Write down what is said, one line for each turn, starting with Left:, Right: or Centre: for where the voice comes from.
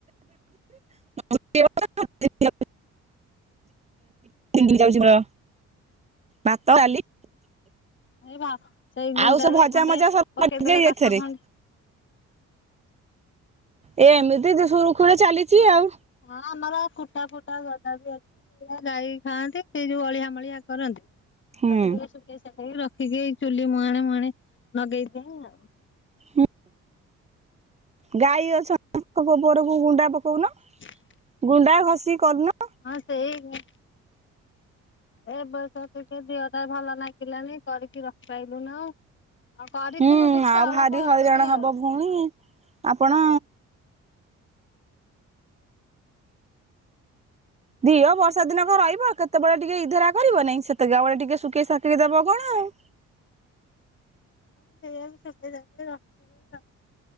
Right: <inaudible> ଦିନ ଯାଉଛି ମୋର ଭାତ ଡ଼ାଲି
Left: ଏଇ ବା ସେଇ ଗୁଣ୍ଡାରେ
Right: ଆଉ ସେ ଭଜା
Left: ଖଣ୍ଡେ
Right: ମଜା ସବୁ
Left: ପକେଇଦେଲେ
Right: ଯାଏ
Left: କାଠ
Right: ଏଥିରେ
Left: ଖଣ୍ଡେ
Right: ଏ ଏମିତି ସୁରୁଖୁରୁରେ ଚାଲିଛି ଆଉ
Left: ହଁ, ଆମର କୁଟା ଫୁଟା ଗଦା ବି ଅଛି। ସେଗୁଡ଼ା ଗାଈ ଖାଆନ୍ତି, ସେ ଯୋଉ ଅଳିଆ ମଳିଆ କରନ୍ତି ତାକୁ
Right: ହୁଁ
Left: ଟିକେ ଶୁଖେଇଶାଖେଇ ରଖିକି, ଏଇ ଚୁଲି ମୁହାଣେ ମୁହାଣେ, ଲଗେଇ ଦିଏ ଆଉ।
Right: ହଁ, ଗାଈ ଅଛ, ତାଙ୍କ ଗୋବରକୁ ଗୁଣ୍ଡା ପକଉନ?
Left: <unintelligible>
Right: ଗୁଣ୍ଡା ଘଷି କରୁନ?
Left: ହଁ ସେଇ ଏ ବର୍ଷ ଟିକେ ଦେଅଟା ଭଲ ଲାଗିଲାନି, କରିକି ରଖିପାଇଲୁନୁ ଉ। ଆଉ କରିିଥିନୁ
Right: ହୁଁ
Left: କିଛି,
Right: ଆଉ
Left: ଅଳପ
Right: ଭାରି
Left: ଅଛି
Right: ହଇରାଣ ହବ
Left: ଆଉ।
Right: ଭଉଣୀ। ଆପଣ? ଦିଅ ବର୍ଷା ଦିନକ ରହିବ କେତେ ସେତେବେଳେ ଟିକେ ଇଧରା କରିବ ନାଇଁ, ସେତେକା ବେଳେ ଟିକେ ଶୁକେଇସାକି ଦବ କଣ ଆଉ।
Left: ତାକୁ ସେଇଆକୁ ସୁକେଇସାକେଇ ରଖିବେ ଆ।